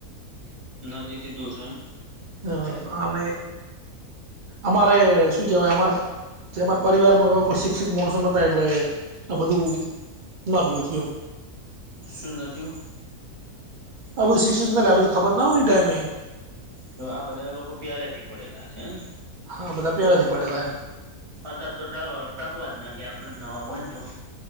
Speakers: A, on the right; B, on the right.
A: નદીથી દૂર છે એમ.
B: હા આમે અમારે એ શું કહેવાય અમાર જે અમારા પરિવારમાં એવા કોઈ શિક્ષિત માણસો નતા એટલે આ બધું નાટ લું થમ
A: શું નથયુ
B: આ બધું શિક્ષિતધી ખબર ના હોય ને ઈ ટાઈમે.
A: તો આ બધા લોકો પ્યારથી પડેલા છે એમ.
B: હા બધા પેલે થી પડેલા એમ.
A: અત્યારે તો તક ટકવા જ ના દે આપડે નવા હોય ને તો.